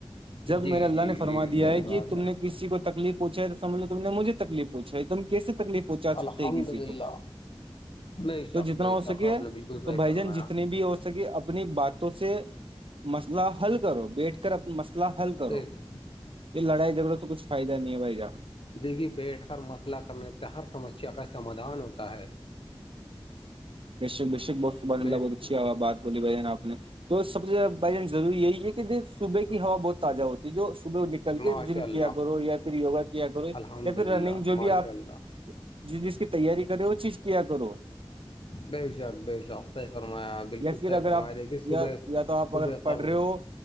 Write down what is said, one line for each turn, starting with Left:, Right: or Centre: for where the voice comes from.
Right: جب
Left: جی
Right: میرے اللہ
Left: جی
Right: نے فرما
Left: جی
Right: دیا
Left: صحیح
Right: ہے کہ
Left: بات
Right: تم نے کسی کو تکلیف پوچھا ہے سمجھ لو تم نے مجھے تکلیف پوچھا ہے تم کیسے تکلیف پہنچا سکتے
Left: الحمد
Right: ہیں کسی
Left: للہ
Right: کو
Left: بے
Right: تو
Left: شک
Right: جتنا
Left: بے
Right: ہو
Left: شک
Right: سکے
Left: آپ نے بالکل صحیح
Right: تو بھائی
Left: فرمایا
Right: جان جتنے بھی ہو سک سک اپنی باتوں سے مسئلہ حل کرو بیٹھ کے اپنا مسئلہ حل کرو
Left: بے شک
Right: یہ لڑائی جھگڑوں تو کچھ فائدہ نہیں ہے بھائی جان
Left: دیکھیی بیٹھ کر مسئلہ کرنے سے ہر سمسیا کا سمادھان ہوتا ہے
Right: ب ب ش ب صب اللہ
Left: بیٹھ
Right: بہت اچھی بات بولی بائی جان آ نے سب سےیاد بائی چانس رور یہی ہے کہ دن صبح کی ہوا بہت تازہ ہوتی جو صبح د کر کے
Left: ماشاء
Right: جم
Left: اللہ
Right: کیا کرو یا پھر یگا کیا کرو یا
Left: الحمد
Right: پھر
Left: للہ
Right: رننگ جو
Left: ماشاء
Right: بھی آپ
Left: اللہ
Right: جس جس کی تیاری کرے وہ چیز کیا کرو
Left: بی شااک ب شخ ص فرمایا بالکل
Right: یا پھر
Left: صحیح
Right: اگر
Left: فرمایا
Right: آپ
Left: دیکھیے صبح
Right: یا یا تو آپ
Left: صبح
Right: اگر پڑھ
Left: کا
Right: رہے ہو